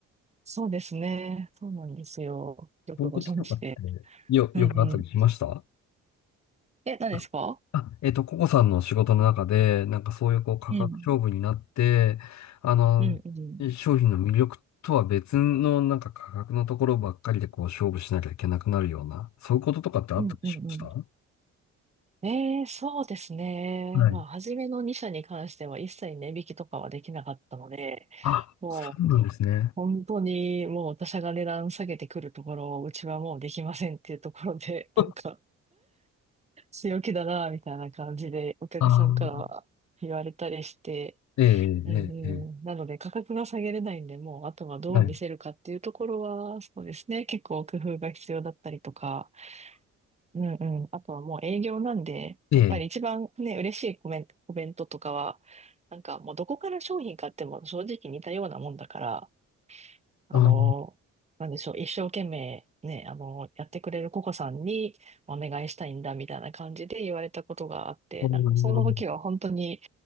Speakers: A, on the right; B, on the left.
A: そうですね。そうなんですよ。よくご存知で。
B: ポンこととかってよ、よくあったりしました
A: うんうん。え、何ですか
B: あ、あえっと、ココさんの仕事の中で、なんかそういうこう価格勝負になって、
A: うん。
B: あの、
A: うんうん。
B: 商品の魅力とは別のなんか価格のところばっかりでこう勝負しなきゃいけなくなるような、そういうこととかってあったりしましたは
A: うんうんうん。えー、そうですね。
B: い
A: まあ、初めの2社に関しては一切値引きとかはできなかったので、
B: あ、
A: もう
B: そうなんですね。
A: 本当にもう他社が値段下げてくるところをうちはもうできませんっていうところで、なんか
B: <laughs>
A: 強気だな、みたいな感じでお客さんからは言われたりして、
B: ああ、ええ、
A: うんうん、
B: ええ、え
A: なので価格が下げれないんで、もうあとはどう見せるかっていうところは、
B: え、はい。
A: そうですね、結構工夫が必要だったりとか、うんうん、あとはもう営業なんで、
B: ええ、
A: やっぱり一番ね、嬉しいコメント、コメントとかは、なんかもうどこから商品買っても正直似たようなもんだから、あの、
B: ああ、
A: なんでしょう、一生懸命ね、あの、やってくれるココさんにお願いしたいんだみたいな感じで言われたことがあって、
B: う
A: なんかその時は本当に